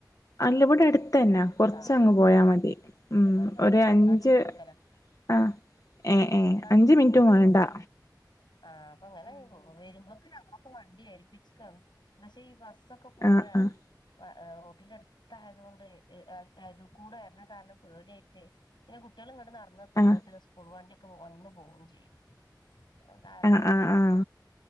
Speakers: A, on the left; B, on the left.
A: അല്ല ഇവിടെ അടുത്തന്നെ കൊറച്ചങ്ങ്
B: ആഹ് അപ്പൊ
A: പോയാ
B: പിന്നെ കൊഴപ്പ
A: മതി ഉം
B: ഇവിടൊക്കെ പിന്നെ
A: ഒര്
B: കൊണ്ടാക്കി
A: അഞ്ച്
B: കൊടുക്കലാ
A: ആഹ് ഏഹ്
B: കൊണ്ടാക്കി
A: ഏഹ് അഞ്ച്
B: കൊടുക്കും
A: മിനിറ്റും
B: മദ്രസക്ക്
A: വേണ്ടാ
B: ആഹ് അപ്പൊ ഇങ്ങനെ വെ വെരുമ്പ <unintelligible> വണ്ടി ഏൽപ്പിച്ച്ക്കാണ് പക്ഷെ ഈ ബസ്സൊക്കെ പോണെ
A: ആഹ് ആഹ്
B: വാ ഏഹ് റോട്ടിന്റെ അട്ത്തായതുകൊണ്ട് ഏഹ് അയിത്തെ അരൂ കൂടെ വരണ കാരണം പേടിയായിറ്റെ പിന്നെ കുട്ടികള് ഇങ്ങണ്ട് നടന്നെത്തുമ്പോത്തിന്
A: ആഹ്
B: സ്കൂൾ വണ്ടിയൊക്കെ വന്ന് പോവും ചെയ്യും കാരണം
A: ആഹ്
B: പിന്നെ
A: ആഹ് ആഹ്